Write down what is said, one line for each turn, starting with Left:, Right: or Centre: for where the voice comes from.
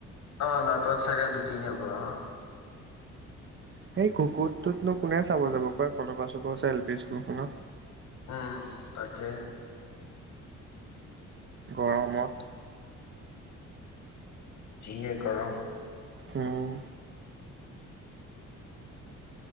Left: আহ নাটক চাগে দুদিন হ'ব আহ।
Right: সেই কুকুত টোতনো কোনে চাব যাব ক কলা চুক আছে এল পি স্কুলখনত।
Left: উম তাকে
Right: গৰমত
Left: যিহে গৰম।
Right: হম।